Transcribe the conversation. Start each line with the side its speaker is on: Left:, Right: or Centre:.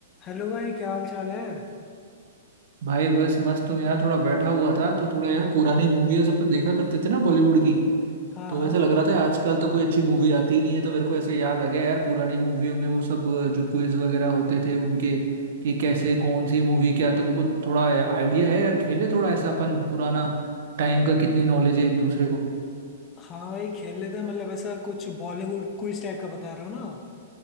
Left: Hello भाई क्या हाल चाल है
Right: भाई बस मस्त हूँ यार थोड़ा बैठा हुआ था तो थोड़ा यार पुरानी मूवीज अपन देखा करते थे ना बॉलीवुड की
Left: हाँ
Right: तो
Left: हाँ
Right: ऐसा लग रहा था आजकल तो कोई अच्छी मूवी आती ही नहीं है तो मेरे को ऐसे याद आ गया यार पुरानी मूवियों में वो सब अ, जो क्विज वगैरह होते थे उनके कि कैसे कौन सी मूवी क्या तुमको थोड़ा आइडिया है यार खेले थोड़ा ऐसा अपन पुराना टाइम का कितनी नॉलेज है एक दूसरे को
Left: हाँ भाई खेल लेते हैं मतलब ऐसा कुछ बॉलीवुड क्विज टाइप का बता रहे हो ना आप